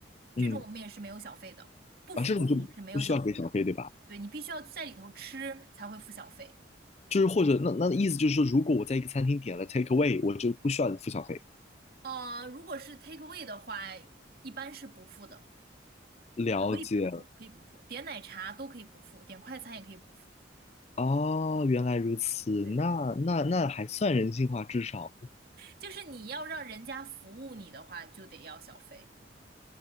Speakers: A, on the right; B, on the left.
A: 这种我们也是没有小费的，
B: 嗯
A: 不服务你是没有小费的，
B: 啊这种就不需要给小费对吧？
A: 对你必须要在里头吃才会付小费。
B: 就是或者那那意思就是说，如果我在一个餐厅点了 take away，我就不需要付小费。
A: 呃，如果是 take away 的话，一般是不付的。
B: 了解，
A: 可以不付，可以不付，点奶茶都可以不付，点快餐也可以不付。
B: 哦，原来如此，
A: 对，
B: 那那那还算人性化，至少，
A: 就是你要让人家服务你的话，就得要小费。